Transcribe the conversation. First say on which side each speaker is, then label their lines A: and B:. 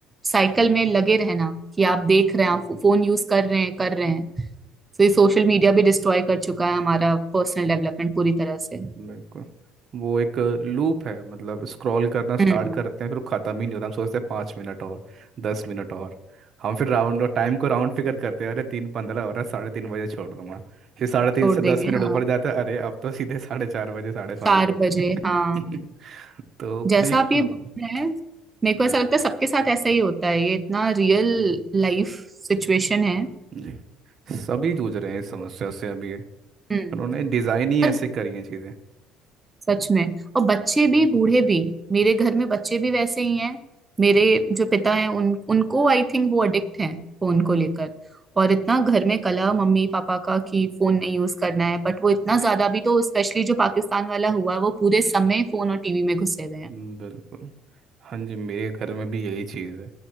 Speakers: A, on the right; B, on the right.
A: साइकिल में लगे रहना कि आप देख रहे हैं आप फोन यूज कर रहे हैं कर रहे हैं तो ये सोशल मीडिया भी डिस्ट्रॉय कर चुका है हमारा पर्सनल डेवलपमेंट पूरी तरह से
B: बिल्कुल वो एक लूप है मतलब स्क्रॉल करना स्टार्ट
A: हम्म
B: करते हैं फिर वो खत्म ही नहीं होता हम सोचते हैं पाँच मिनट और दस मिनट और हम फिर राउंड और टाइम को राउंड फिगर करते हैं अरे तीन पंद्रह हो रहा है साढ़े तीन बजे छोड़ दूंगा फिर साढ़े तीन
A: छोड़
B: से
A: देंगे
B: दस मिनट
A: हाँ
B: ऊपर जाता है अरे अब तो सीधे साढ़े चार बजे साढ़े पाँच
A: चार
B: बजे होते
A: बजे हाँ
B: हैं। <laughs> तो
A: जैसा
B: एक
A: आप ये
B: हम-
A: बोल रहे हैं मेरे को
B: जी
A: ऐसा लगता है सबके साथ ऐसा ही होता है ये इतना रियल
B: जी
A: लाइफ सिचुएशन है
B: जी, सभी जूझ रहे हैं इस समस्या से अभी
A: हम्म
B: उन्होंने डिज़ाइन ही
A: और
B: ऐसे करी है चीज़ें
A: सच में और बच्चे भी बूढ़े भी मेरे घर में बच्चे भी वैसे ही हैं मेरे जो पिता हैं उन उनको आई थिंक वो अडिक्ट हैं फोन को लेकर और इतना घर में कलह मम्मी पापा का कि फोन नहीं यूज करना है बट वो इतना ज्यादा भी तो स्पेशली जो पाकिस्तान वाला हुआ वो पूरे समय फोन और टीवी में घुसे हुए हैं
B: हम्म, बिल्कुल हाँ जी मेरे घर में भी यही चीज़ है